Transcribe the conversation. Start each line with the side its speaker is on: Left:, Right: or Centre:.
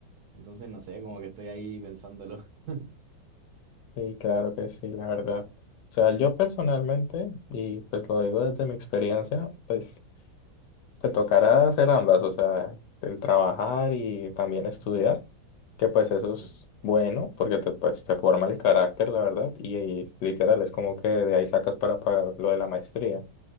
Right: Entonces, no sé, como que estoy ahí pensándolo. <laughs>
Left: Sí, claro que sí, la verdad. O sea, yo personalmente, y pues lo digo desde mi experiencia, pues Te tocará hacer ambas, o sea, el trabajar y también estudiar, que pues eso es
Right: Mm,
Left: bueno porque te, pues, te forma el carácter, la verdad, y, y literal es como que de ahí sacas para pagar lo de la maestría.